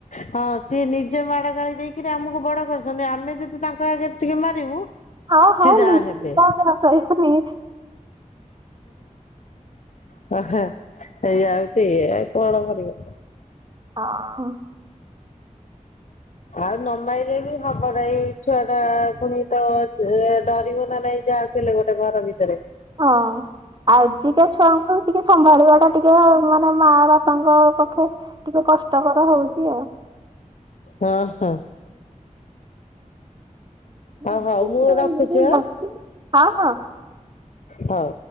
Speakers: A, on the left (about 60°); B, on the right (about 35°).
A: ହଁ ସିଏ ନିଜେ ମାଡ ଗାଳି ଦେଇକିରି ଆମକୁ ବଡ କରିଛନ୍ତି ଆମେ ଯଦି ତାଙ୍କ ଆଗରେ ଟିକେ ମାରିବୁ
B: ହଁ ହଁ
A: ସିଏ ଯାହା
B: ନିହାତି
A: ହେବେ
B: କହିବେନି।
A: ହେଇ ଯାଉଛି କଣ କରିବ।
B: ହଁ।
A: ଆଉ ନମାଇଲେ ବି ହବ ନାହିଁ ଏଇ ଛୁଆ ଟା ପୁଣି ତ ଡରିବ ନା ନାଇଁ ଯାହାକୁ ହେଲେ ଗୋଟେ ଘର ଭିତରେ।
B: ହଁ ଆଜିକା ଛୁଆଙ୍କୁ ଟିକେ ସମ୍ଭାଳିବା ଟା ଟିକେ ମାନେ ମା ବାପାଙ୍କ ପକ୍ଷେ ଟିକେ କଷ୍ଟକର ହଉଚି ଆଉ।
A: ହଁ ହଁ
B: ଦି
A: ହଉ ହଉ
B: ହଁ
A: ମୁଁ ରଖୁଛି ଆଁ
B: ହଁ <unintelligible>
A: ହଉ।